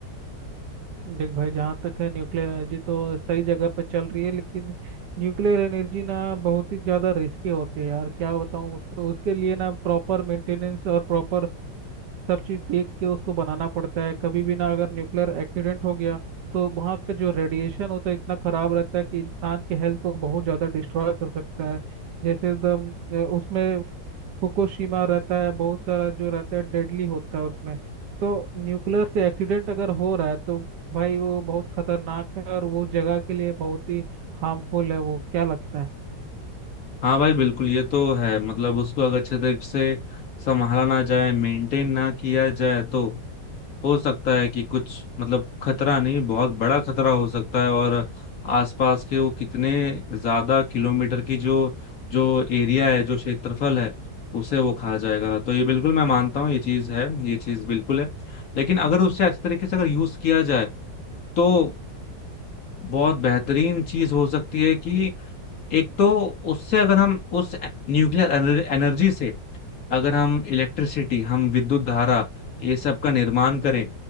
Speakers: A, on the right (about 70°); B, on the left (about 55°).
A: देख भाई जहाँ तक है न्यूक्लियर एनर्जी तो सही जगह पे चल रही है लेकिन न्यूक्लियर एनर्जी ना बहुत ही ज़्यादा रिस्की होती है यार क्या बताऊँ उसको उसके लिए ना प्रॉपर मेंटेनेंस और प्रॉपर सब चीज़ देख के उसको बनाना पड़ता है कभी भी ना अगर न्यूक्लियर एक्सीडेंट हो गया तो वहाँ का जो रेडिएशन होता है इतना ख़राब रहता है कि इंसान के हेल्थ को बहुत ज़्यादा डिस्ट्रॉय कर सकता है जैसे द उसमें फुकुशिमा रहता है बहुत सारा जो रहता है डेडली होता है उसमें तो न्यूक्लियर से एक्सीडेंट अगर हो रहा है तो भाई वो बहुत खतरनाक है और वो जगह के लिए बहुत ही हार्मफुल है वो क्या लगता है
B: हाँ भाई बिल्कुल ये तो है मतलब उसको अगर अच्छे तरीके से संभाला ना जाए मेंटेन ना किया जाए तो हो सकता है कि कुछ मतलब खतरा नहीं बहुत बड़ा खतरा हो सकता है और आसपास के वो कितने ज्यादा किलोमीटर की जो जो एरिया है जो क्षेत्रफल है उसे वो खा जाएगा तो ये बिल्कुल मैं मानता हूँ ये चीज है ये चीज बिल्कुल है लेकिन अगर उससे अच्छे तरीके से अगर यूज किया जाए तो बहुत बेहतरीन चीज हो सकती है कि एक तो उससे अगर हम उस न्यूक्लियर एनर्जी से अगर हम इलेक्ट्रिसिटी हम विद्युत धारा ये सब का निर्माण करें